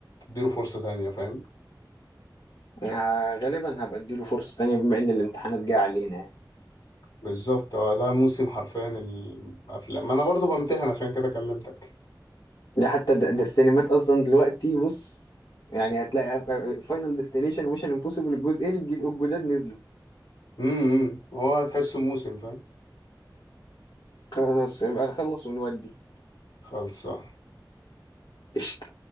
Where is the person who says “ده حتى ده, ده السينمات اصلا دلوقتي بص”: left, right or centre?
Left